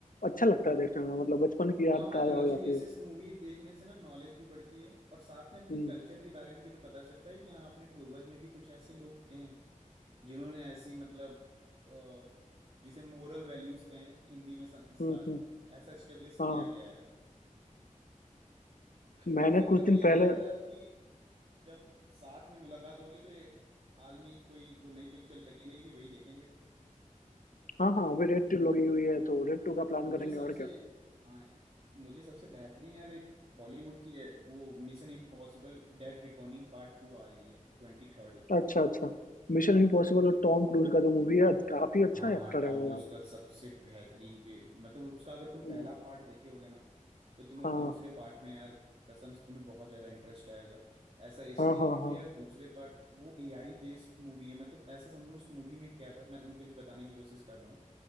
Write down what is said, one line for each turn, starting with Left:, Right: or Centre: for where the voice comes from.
Left: अच्छा लगता है देखने में मतलब बचपन की याद
Right: हाँ मैथोलॉजी
Left: ताजा हो जाती
Right: बेसिस
Left: है
Right: मूवी देखने से ना नॉलेज भी बढ़ती है और साथ में अपने
Left: हम्म
Right: कल्चर के बारे में भी तो पता चलता है कि हाँ अपने पूर्वज में भी कुछ ऐसे लोग थे जिन्होंने ऐसी मतलब अ, जिसे मोरल वैल्यूज कहें हिंदी में संस्कार
Left: हम्म हम्म,
Right: ऐसा स्टेब्लिश
Left: हाँ
Right: किया गया है
Left: मैंने
Right: तो फिर
Left: कुछ
Right: मैं तो
Left: दिन
Right: ये कह
Left: पहले
Right: रहा था यार कि जब साथ में मुलाकात होगी तो ये हाल में ही कोई जो नई पिक्चर लगी रहेगी वही देखेंगे
Left: हाँ हाँ अभी रेड टू लगी हुई है तो रेड टू का प्लान
Right: मुझे
Left: करेंगे
Right: सबसे
Left: और क्या
Right: हाँ यार मुझे सबसे बेहतरीन यार एक हॉलीवुड की है वो mission impossible dead recording part two आ रही है ट्वेंटी थर्ड को
Left: अच्छा अच्छा मिशन इम्पॉसिबल और टॉम क्रूज का जो मूवी है काफी अच्छा
Right: हाँ
Left: एक्टर
Right: हाँ टॉम
Left: है वो
Right: क्रूज
Left: यार
Right: का सबसे बेहतरीन पे मतलब उसका अगर तुम
Left: हम्म,
Right: पहला पार्ट देखे होगे ना तो तुम्हें
Left: हाँ
Right: दूसरे पार्ट में यार कसम से तुम्हें बहुत ज्यादा इंटरेस्ट आएगा ऐसा इसलिए
Left: हाँ हाँ
Right: क्योंकि
Left: हाँ
Right: यार दूसरे पार्ट वो एआई बेस्ड मूवी है मतलब ऐसा समझो उस मूवी में क्या था मैं तुम्हें कुछ बताने की कोशिश कर रहा हूँ